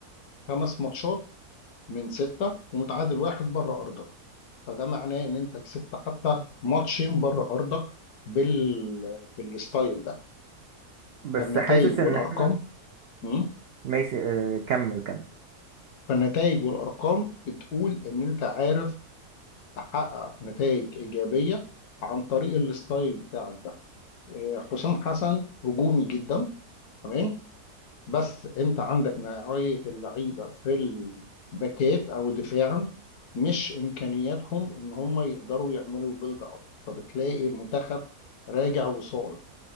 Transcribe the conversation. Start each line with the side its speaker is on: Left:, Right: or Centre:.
Left: خمس ماتشات من سته ومتعادل واحد بره ارضك فده معناه ان انت كسبت حتى ماتشين بره ارضك بال... بالستايل ده
Right: بس
Left: فالنتائج
Right: حاسس ان
Left: والارقام
Right: احنا
Left: مم،
Right: ماشي اه، كمل كمل
Left: فالنتائج والارقام بتقول ان انت عارف تحقق نتائج ايجابيه عن طريق الستايل بتاعك ده آه، حسام حسن هجومي جدا تمام بس انت عندك نوعية اللعيبة في الباكات او دفاع مش امكانياتهم ان هم يقدروا يعملوا بيلد اب فبتلاقي المنتخب راجع وصاعد